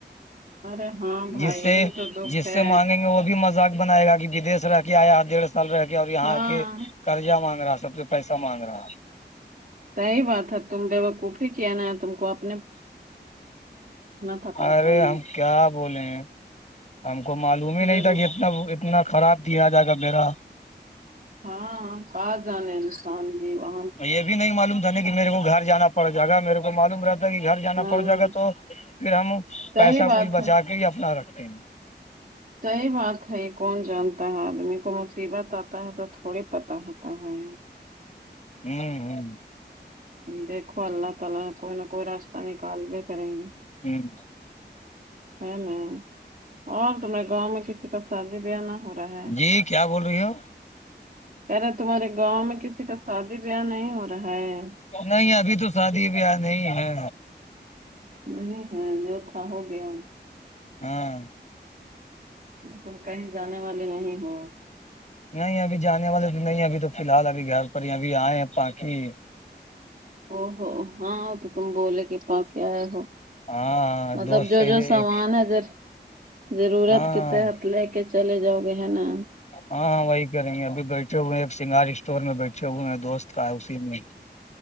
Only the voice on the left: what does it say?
جس سے
جس
سے مانگیں گے وہ بھی مزہ بنائے گا کہ ودش رہ کے آیا ڈیڑھ سال رہ کے اور یہاں
کے قرضہ مانگ رہا ہے سب سے پیسہ مانگ رہا ہے
ارے
ہم کیا بولے ہیں ہم کو معلوم ہی نہیں
تھا کہ اتنا اتنا خراب دیا جائے گا میرا
یہ بھی نہیں معلوم تھا نہیں میرے کو گھر جانا پڑ جائے گا میرے کو معلوم رہتا تھا کہ گھر جانا
پڑ جائے گا تو پھر ہم
پیسہ
کھ بچا
کے ہی اپنا رکھتے ہیں
ہوں
ہوں ہ
جی کیا بول رہی ہو
نہیں ابھی تو شادی بیاہ نہیں ہے
ہاں
نہیں ابھی جانے والے تو نہیں ابھی تو فی الحال ابھی گھر پر ہی ابھی آئے ہیں پاکی
ہاں
دوست
کے
ایک
ہاں
ہاں ہاں وہی کریںی ابھی بیٹھے ہوئے ہیں ایک سنگار اسٹور میں بیٹھے ہوئے دوست کا ہے اسی میں